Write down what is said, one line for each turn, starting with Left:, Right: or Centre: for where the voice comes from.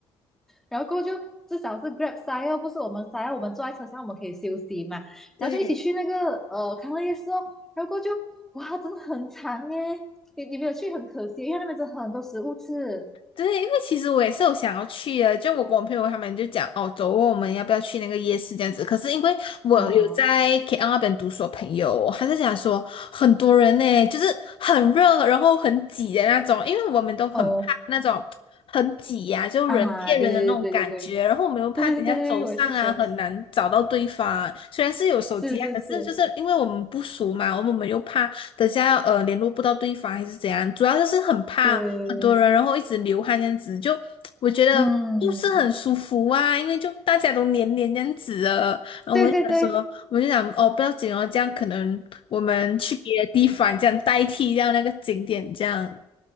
Centre: 然后过后就至少是 Grab 塞哦，不是我们塞哦，我们坐在车上我们可以休息嘛，
Left: 对，
Centre: 然后就一起去那个呃康乐夜市哦，然后过后就哇，真的很长耶，你你没有去很可惜，因为那边真的很多食物吃，
Left: 对，因为其实我也是有想要去的，就我跟我朋友他们就讲哦，走哦我们要不要去那个夜市这样子？可是因为我有在
Centre: 嗯
Left: KL 那边读书的朋友哦，还就讲说很多人呢，就是很热，然后很挤的那种，因为我们都很怕那种很挤呀、
Centre: 哦
Left: 就人贴人的那种感觉，
Centre: 啊，对对对对对
Left: 然后我们又怕等一下走散啊，
Centre: 对对对对对，我也是觉得
Left: 很难找到对方啊。虽然是有手机啊，
Centre: 是是是，
Left: 可是就是因为我们不熟嘛，我们又怕等下呃联络不到对方还是怎样，主要就是很怕很多人，
Centre: 对，
Left: 然后一直流汗这样子，就我觉得不是很舒服啊，
Centre: 嗯，
Left: 因为就大家都黏黏这样子的，然后我们就想说，
Centre: 对对对，
Left: 我们就想哦不要紧哦，这样可能我们去别的地方这样代替掉那个景点这样，